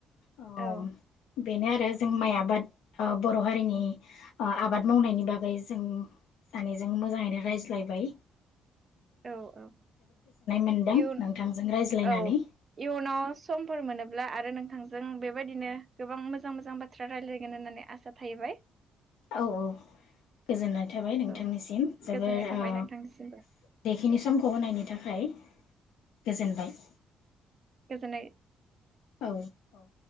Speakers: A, on the left; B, on the right.
A: अ
B: औ
A: बेनो आरो जों माइ आबाद ओ बर' हारिनि ओ आबाद मावनायनि बागै जों सानैजों मोजाङैनो रायज्लायबाय ।
B: औ औ
A: मोनदों
B: इयुन
A: नोंथांजों रायज्लायनानै
B: औ इयुनाव समफोर मोनो ब्ला आरो नोंथांजों बेबायदिनो गोबां मोजां मोजां बाथ्रा रायज्लायगोन होननानै आसा थाहैबाय ।
A: औ औ गोजोननाय थाबाय नोंथांनिसिम
B: औ
A: जोबोर
B: गोजोननाय
A: ।
B: थाबाय नोंथांनिसिमबो
A: बेखिनि समखौ होनायनि थाखाय । गोजोनबाय
B: गोजोनाय
A: औ औ ।